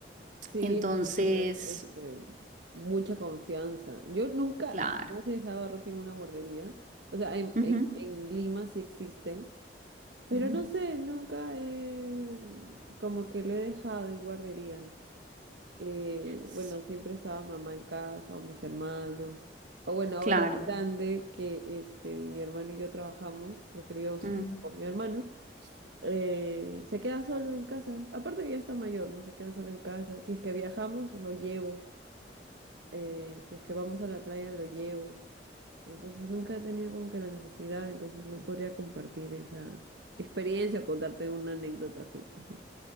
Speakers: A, on the right (about 75°); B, on the right (about 45°).
A: Sí,
B: Entonces,
A: tener este, mucha confianza. Yo nunca,
B: claro.
A: jamás he dejado a Rocky en una guardería. O sea, en,
B: ujú,
A: en, en Lima sí existen, pero
B: ujú,
A: no sé, nunca he, como que lo he dejado en guarderías. eh,
B: s-
A: bueno, siempre estaba mamá en casa o mis hermanos. O bueno, ahora
B: Claro.
A: es grande que este, mi hermano y yo trabajamos, porque vivo s-
B: Mm.
A: con mi hermano, eh, se queda solo en casa. Aparte que ya está mayor, ¿no? Se queda solo en casa. Si es que viajamos, lo llevo. eh, si es que vamos a la playa, lo llevo. Entonces nunca he tenido como que la necesidad, entonces no podría compartir esa experiencia o contarte una anécdota así, pues no.